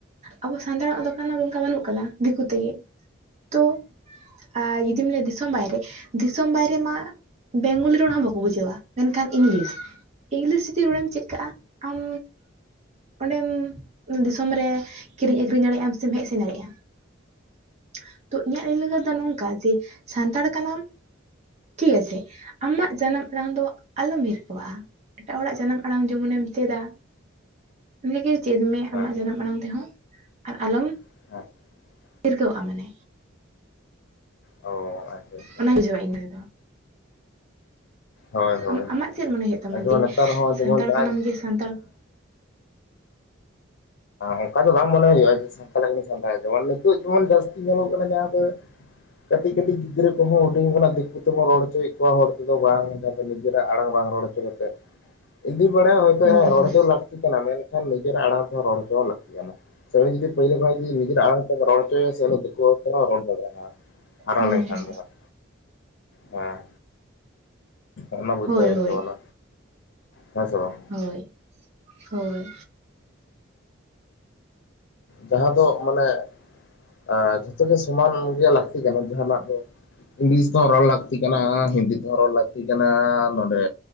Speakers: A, on the right; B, on the left.
A: ᱟᱵᱚ ᱥᱟᱱᱛᱟᱲᱟᱜ ᱫᱚ <unintelligible> ᱵᱟᱹᱱᱩᱜ ᱠᱟᱫᱟ ᱫᱤᱠᱩ ᱛᱮᱜᱮ ᱛᱚ ᱟᱨ ᱡᱩᱫᱤᱢ ᱞᱟᱹᱭᱟ ᱫᱤᱥᱚᱢ ᱵᱟᱭᱨᱮ ᱫᱤᱥᱚᱢ ᱵᱟᱭᱨᱮ ᱢᱟ ᱵᱮᱝᱜᱚᱞᱤ ᱨᱚᱲ ᱦᱚᱸ ᱵᱟᱠᱚ ᱵᱩᱡᱷᱟᱹᱣᱟ, ᱢᱮᱱᱠᱷᱟᱱ ᱤᱝᱞᱤᱥ ᱤᱝᱞᱤᱥ ᱡᱩᱫᱤ ᱨᱚᱲᱮᱢ ᱪᱮᱫ ᱠᱟᱜᱟ ᱟᱢ ᱚᱸᱰᱮᱢ ᱫᱤᱥᱚᱢ ᱨᱮ ᱠᱤᱨᱤᱧ ᱟᱠᱷᱨᱤᱧ ᱫᱟᱲᱮᱜᱟᱢ ᱥᱮᱢ ᱦᱮᱡ ᱥᱮᱱ ᱫᱟᱲᱮᱜ-ᱟ᱾ <inaudible> ᱛᱚ ᱤᱧᱟᱹᱜ ᱞᱟᱹᱭ ᱞᱮᱠᱟ ᱛᱮ ᱫᱚ ᱱᱚᱝᱠᱟ ᱡᱮ ᱥᱟᱱᱛᱟᱲ ᱠᱟᱱᱟᱢ ᱴᱷᱤᱠ ᱜᱟᱪᱷᱮ ᱟᱢᱟᱜ ᱡᱟᱱᱟᱢ ᱟᱲᱟᱝ ᱫᱚ ᱟᱞᱚᱢ ᱦᱤᱨᱠᱟᱹᱣᱟᱜ-ᱟ, ᱮᱴᱟᱜ ᱦᱚᱲᱟᱜ ᱡᱟᱱᱟᱢ ᱟᱲᱟᱝ ᱡᱮᱢᱚᱱᱮᱢ ᱪᱮᱫᱟ <unintelligible> ᱪᱮᱫ ᱢᱮ
B: ᱦᱮᱸ ᱦᱮᱸ
A: ᱟᱢᱟᱜ
B: ᱦᱮᱸ ᱦᱮᱸ
A: ᱡᱟᱱᱟᱢ ᱟᱲᱟᱝ ᱛᱮᱦᱚᱸ, ᱟᱨ ᱟᱞᱚᱢ
B: <inaudible>
A: ᱦᱤᱨᱠᱟᱹᱣᱟᱜ-ᱟ ᱢᱟᱱᱮ᱾
B: ᱚ ᱟᱪᱪᱷᱟ ᱟᱪᱪᱷᱟ
A: <unintelligible> ᱵᱩᱡᱷᱟᱹᱣᱟ ᱤᱧ <unintelligible>
B: ᱦᱳᱭ ᱦᱳᱭ
A: ᱟᱢᱟᱜ ᱟᱢᱟᱜ ᱪᱮᱫ ᱢᱚᱱᱮ ᱦᱳᱭᱳᱜ ᱛᱟᱢᱟ
B: ᱡᱮᱢᱚᱱ
A: ᱡᱮ
B: ᱱᱮᱛᱟᱨ ᱦᱚᱸ
A: ᱥᱟᱱᱛᱟᱲ
B: ᱡᱮᱢᱚᱱ ᱡᱟᱦᱟᱸ
A: ᱠᱟᱱᱟᱢ ᱡᱮ ᱥᱟᱱᱛᱟᱲ
B: ᱚᱝᱠᱟ ᱫᱚ ᱵᱟᱝ ᱢᱚᱱᱮ ᱦᱳᱭᱳᱜ-ᱟ ᱡᱮ ᱥᱟᱱᱛᱟᱲ ᱠᱟᱱᱤᱧ ᱥᱟᱱᱛᱟᱲ ᱜᱮ ᱢᱟᱱᱮ ᱱᱤᱛᱳᱜ ᱡᱮᱢᱚᱱ ᱡᱟᱹᱥᱛᱤ ᱧᱮᱞᱚᱜ ᱠᱟᱱᱟ ᱡᱟᱦᱟᱸ ᱫᱚ ᱠᱟᱹᱴᱤᱡ ᱠᱟᱹᱴᱤᱡ ᱜᱤᱫᱽᱨᱟᱹ ᱠᱚᱦᱚᱸ ᱦᱩᱰᱤᱧ ᱠᱷᱚᱱᱟᱜ ᱫᱤᱠᱩ ᱛᱮᱵᱚᱱ ᱨᱚᱲ ᱦᱚᱪᱚᱭᱮᱫ ᱠᱚᱣᱟ, ᱦᱚᱲ ᱛᱮᱫᱚ ᱵᱟᱝ ᱡᱟᱦᱟᱸ ᱫᱚ ᱱᱤᱡᱮᱨᱟᱜ ᱟᱲᱟᱝ ᱵᱟᱝ ᱨᱚᱲ ᱦᱚᱪᱚ <unintelligible> ᱤᱫᱩᱧ ᱵᱟᱲᱟᱭᱟ ᱦᱳᱭᱛᱚ
A: ᱦᱳᱭ
B: ᱨᱚᱲ
A: ᱦᱳᱭ
B: ᱦᱚᱪᱚ ᱞᱟᱹᱠᱛᱤ ᱠᱟᱱᱟ, ᱢᱮᱱᱠᱷᱟᱱ ᱱᱤᱡᱮᱨᱟᱜ ᱟᱲᱟᱝ ᱛᱮᱦᱚᱸ ᱨᱚᱲ ᱦᱚᱪᱚ ᱞᱟᱹᱠᱛᱤ ᱠᱟᱱᱟ᱾ ᱥᱮ ᱩᱱᱤ ᱡᱩᱫᱤ ᱯᱟᱹᱭᱞᱟᱹ ᱠᱷᱚᱱᱟᱜ ᱡᱩᱫᱤ ᱱᱤᱡᱮᱨ ᱟᱲᱟᱝ ᱛᱮᱢ ᱨᱚᱲ ᱦᱚᱪᱚᱭ ᱭᱟᱥᱮ ᱩᱱᱤ ᱫᱮᱠᱳ ᱛᱮᱦᱚᱸ ᱨᱚᱲ ᱫᱟᱲᱮᱭᱟᱜᱟᱭ᱾ ᱦᱟᱨᱟ
A: ᱦᱮᱸ
B: ᱞᱮᱱᱠᱷᱟᱱ
A: ᱦᱮᱸ
B: ᱫᱚ ᱦᱟᱸᱜ ᱦᱮᱸ᱾ ᱚᱱᱟ ᱵᱩᱡᱷᱟᱹᱣ
A: ᱦᱳᱭ
B: ᱦᱳᱭᱳᱜ
A: ᱦᱳᱭ
B: ᱛᱟᱵᱚᱱᱟ ᱦᱮᱸᱥᱮ ᱵᱟᱝ?
A: ᱦᱳᱭ ᱦᱳᱭ᱾
B: ᱡᱟᱦᱟᱸ ᱫᱚ ᱢᱟᱱᱮ ᱮᱸ ᱡᱷᱚᱛᱚ ᱜᱮ ᱥᱚᱢᱟᱱ ᱜᱮ ᱞᱟᱹᱠᱛᱤ ᱠᱟᱱᱟ ᱡᱟᱦᱟᱱᱟᱜ ᱫᱚ ᱤᱝᱞᱤᱥ ᱛᱮᱦᱚᱸ ᱨᱚᱲ ᱞᱟᱹᱠᱛᱤ ᱠᱟᱱᱟ, ᱦᱤᱱᱫᱤ ᱛᱮᱦᱚᱸ ᱨᱚᱲ ᱞᱟᱹᱠᱛᱤ ᱠᱟᱱᱟ ᱱᱚᱸᱰᱮ